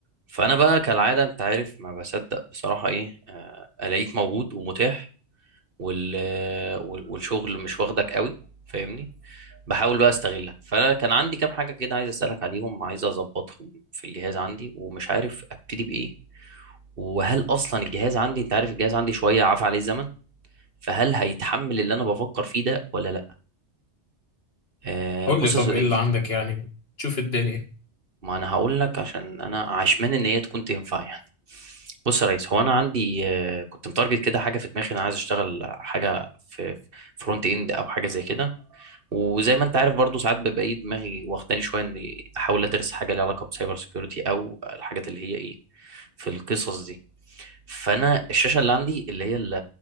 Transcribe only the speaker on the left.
قول
لي طب
ايه اللي عندك يعني تشوف الدنيا